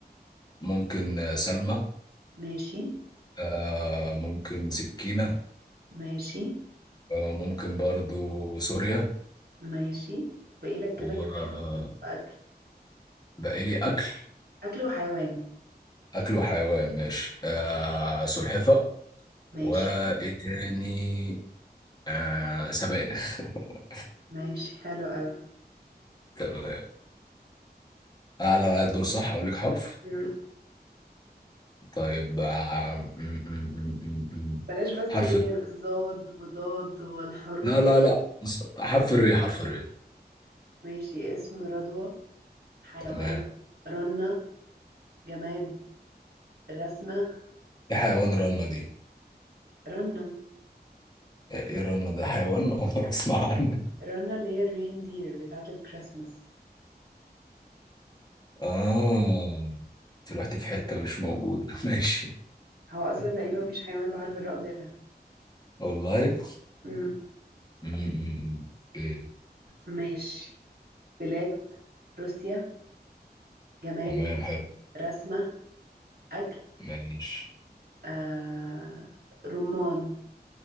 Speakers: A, on the left; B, on the right.
A: ممكن آه، سلمى
B: ماشي
A: آه ممكن سكينة
B: ماشي
A: آه ممكن برضو سوريا
B: ماشي باقي لك
A: و
B: كده جماد
A: آه،
B: واكل
A: بقى لي اكل
B: اكل وحيوان
A: اكل وحيوان ماشي آه سلحفة وايه
B: ماشي
A: تاني آه سبانخ <laughs>
B: ماشي حلو قوي
A: تمام اعلى دور صح اقول لك حرف
B: مم.
A: طيب آه م- م- م- م- م.
B: بلاش بس
A: حرف
B: ايه الضاد وضاد والحروف
A: لا
B: ال-
A: لا لا بص، حرف الري حرف الري
B: ماشي اسم رضوى حيوان
A: تمام
B: رنة جماد رسمة
A: ايه حيوان رنة دي
B: رنة
A: ايه رنة ده حيوان <laughs> عمر اسمع عنه
B: رنة اللي هي الرين دير بتاعة الكريسماس
A: اه انت رحت في حتة
B: مم.
A: مش موجودة <laughs> ماشي
B: هو أصلا تقريبا مفيش حيوان بحرف الراء غيرها
A: والله
B: مم.
A: م- م- م. اوكي
B: ماشي بلاد روسيا جماد
A: تمام حلو
B: رسمة أكل
A: ماشي
B: آه... رمان